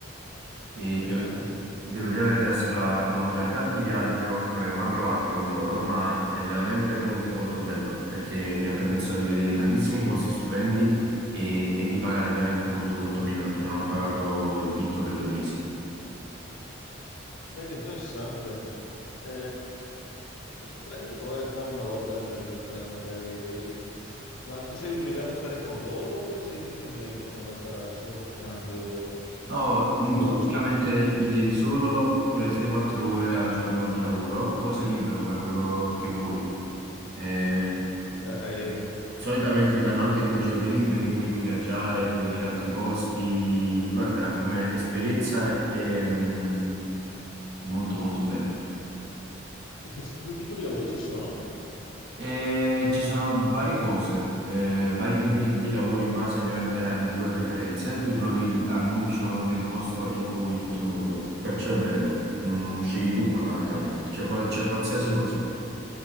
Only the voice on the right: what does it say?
E
devo,
devo dire la verità, è stata una modalità di viaggio che non avevo mai provato con loro, ma è veramente molto molto bella perché mi ha permesso di vedere tantissimi posti stupendi e, e di pagare ovviamente molto molto meno perché non ho pagato il vitto per due mesi.
No,
mm,
tu praticamente gli devi solo quelle 3-4 ore al giorno di lavoro, poi sei libero, fai quello che vuoi. Eh,
Solitamente ti danno anche due giorni liberi, quindi puoi viaggiare, puoi vedere altri posti. Guarda, come esperienza è, mm, è molto molto bella.
E ci sono varie cose, eh, vari tipi di lavori in base ovviamente alle tue preferenze. Tu trovi l'annuncio nel posto in cui vuoi in tutto il mondo, perciò è bello. Mm, scegli tu fondamentalmente, c'è qual- c'è qualsiasi cosa.